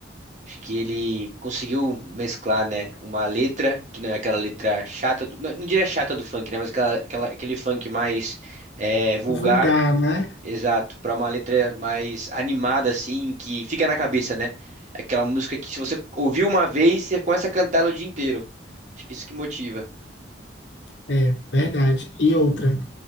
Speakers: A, on the right (about 40°); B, on the left (about 70°).
A: Acho que ele conseguiu mesclar, né, uma letra, que não é aquela letra chata, do, não, não diria chata do funk, né, mas aquela, aquela- aquele funk mais é, vulgar,
B: Vulgar, né?
A: exato, para uma letra mais animada, assim, que fica na cabeça, né? Aquela música que se você ouviu uma vez, você começa a cantar ela o dia inteiro. Acho que isso que motiva.
B: É verdade. E outra.